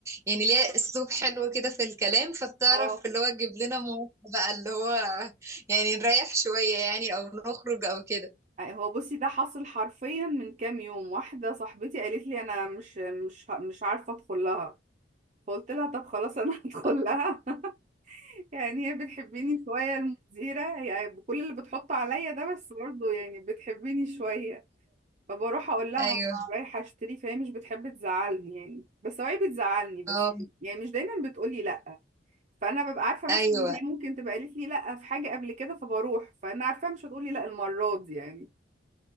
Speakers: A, on the right (about 15°); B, on the right (about 40°).
A: يعني ليها اسلوب حلو كده في الكلام فبتعرف
B: اه
A: اللي هو تجيب لنا مواقف بقى اللي هو يعني نريح شويه يعني او نخرج او كده
B: هو بصي ده حصل حرفيا من كام يوم واحدة صاحبتي قالت لي انا مش مش مش عارفة ادخل لها فقلت لها طب خلاص انا <laughs> هدخل
A: آه.
B: لها يعني هي بتحبني شوية المديرة هي بكل اللي بتحطه عليا ده بس برضه يعني بتحبني شوية فبروح اقول لها
A: ايوه
B: انا رايحة اشتري فهي مش بتحب تزعلني يعني بس هو هي بتزعلني بس
A: اه
B: يعني مش دايما بتقولي لا فانا ببقى عارفة
A: ايوه
B: مثلا ان هي ممكن تبقى قالت لي لا في حاجة قبل كده فبروح فانا عارفة مش هتقولي لا المرة دي يعني